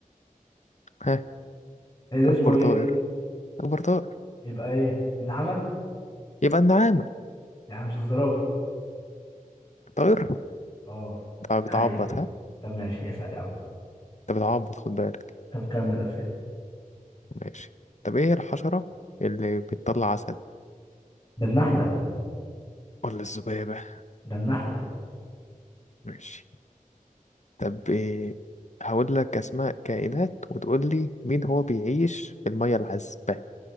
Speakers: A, on the left; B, on the left.
A: ها
B: إيه ده اسمه
A: اكبر
B: ايه
A: طائر اكبر طائر
B: يبقى ايه النعامه
A: يبقى النعامة
B: يعني مش الزرافه
A: طائر
B: اه
A: طب
B: حقيقي
A: بتعبط ها
B: طب ماشي اسأل يا عم
A: انت بتعبط خد بالك
B: طب كمل اسئله
A: ماشي طب ايه الحشرة اللي بتطلع عسل
B: ده النحله
A: ولا الذبابة
B: ده النحلة
A: ماشي طب إيه هقول لك اسماء كائنات وتقول لي مين هو بيعيش في المية العذبة